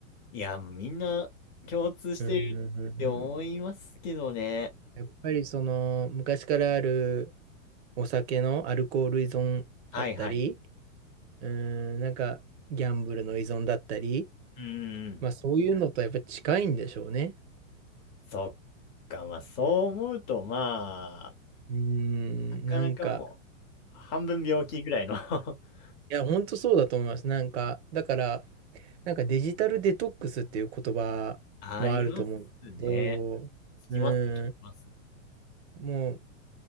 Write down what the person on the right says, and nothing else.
うんうんうんうん。やっぱりその、昔からあるお酒のアルコール依存だったり、
うーん、なんか、ギャンブルの依存だったり、
まあそういうのとやっぱ近いんでしょうね。
うーん、
なんか、
いや、ほんとそうだと思います。なんか、だから、なんかデジタルデトックスっていう言葉もあると思うんですけど、
うーん、
もう